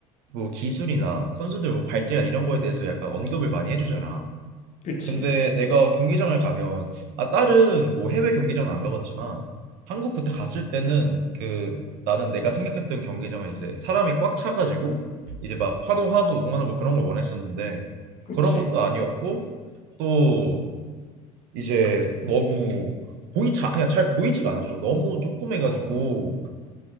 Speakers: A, on the right (about 60°); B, on the left (about 40°).
A: 뭐 기술이나 선수들 뭐 발전 이런 거에 대해서 약간 언급을 많이 해주잖아.
B: 그치,
A: 근데 내가 경기장을 가면 아 다른 뭐 해외 경기장은 안 가봤지만 한국 그때 갔을 때는 그 나는 내가 생각했던 경기장은 이제 사람이 꽉 차가지고 이제 막 환호하고 응원하고 그런 걸 원했었는데
B: 그치.
A: 그런 것도 아니었고 또 이제 너무 보이차 그냥 잘 보이지가 않았어. 너무 조그매가지고
B: 아.